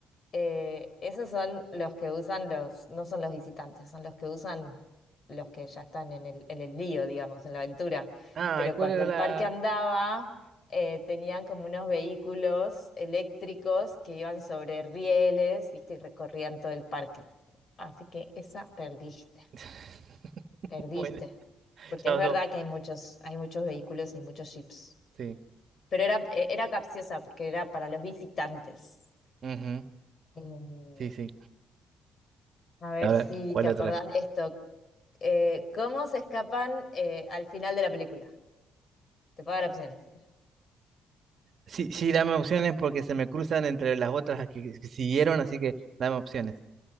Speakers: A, on the left (about 45°); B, on the right (about 55°).
A: eh, esos son los que usan los, no son los visitantes, son los que usan los que ya están en el, en el lío, digamos, en la aventura.
B: Ah,
A: Pero
B: ¿y cuál
A: cuando
B: era
A: el
B: la...?
A: parque andaba, eh, tenían como unos vehículos eléctricos que iban sobre rieles, ¿viste? Y recorrían todo el parque. Así que esa perdiste,
B: <laughs>
A: perdiste.
B: Bueno,
A: Porque
B: ya
A: es verdad
B: no.
A: que hay muchos, hay muchos vehículos y muchos jeeps.
B: Sí.
A: pero era, eh, era capciosa porque era para los visitantes.
B: Ujú,
A: Em,
B: Sí, sí.
A: a ver
B: A ver,
A: si
B: ¿cuál
A: te acordás
B: otra?
A: de esto. Eh, ¿cómo se escapan eh, al final de la película? Te puedo dar opciones si quieres.
B: Sí, sí, dame opciones porque se me cruzan entre las otras que, que siguieron, así que dame opciones.